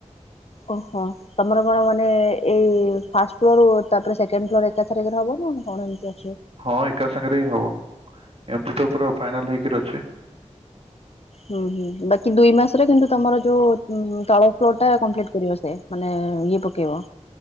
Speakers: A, on the left; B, on the right.
A: ଓହୋ ତମର କଣ ମାନେ ଏଇ ଫାଷ୍ଟ ଫ୍ଲୋର ତାପରେ ସେକେଣ୍ଡ ଫ୍ଲୋର ଏକା ଥରକରେ ହବ ନା? କଣ ଏମିତିଆ
B: ହଁ ଏକା ସାଙ୍ଗରେ ହିଁ ହବ। ଏମିତି ତ ପୁରା ଫାଇନାଲ ହେଇକି ଅଛେ।
A: ହୁଁ ହୁଁ ବାକି ଦୁଇ ମାସରେ କିନ୍ତୁ, ତମର ଯୋଉ ତଳ ଫ୍ଲୋ ଟା କମ୍ପ୍ଲିଟ କରିବ ସେ। ମାନେ ଇଏ ପକେଇବ।